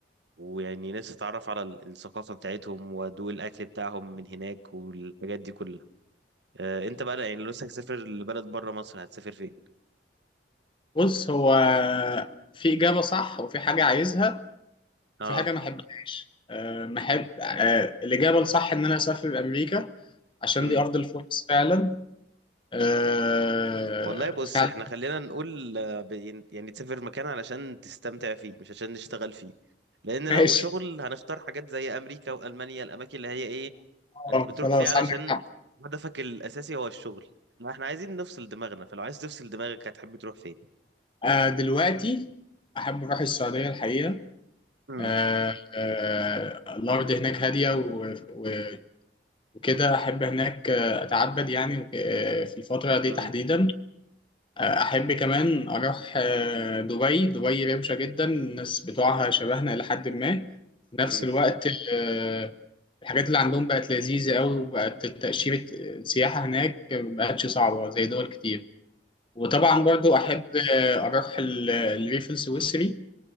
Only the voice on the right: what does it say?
ويعني نفسي اتعرف على ال- الثقافة بتاعتهم وادوق الاكل بتاعهم من هناك والحاجات دي كلها آه انت بقى يعني لو نفسك تسافر لبلد بره مصر هتسافر فين
اه
امم
والله بص
احنا خلينا نقول آه، ب- يعني تسافر مكان علشان تستمتع فيه مش عشان نشتغل فيه لان لو
شغل هنختار حاجات زي امريكا والمانيا الاماكن اللي هي ايه انت
بتروح
فيها علشان
هدفك الاساسي هو الشغل ما احنا عايزين نفصل دماغنا فلو عايز تفصل دماغك هتحب تروح فين
امم
امم
امم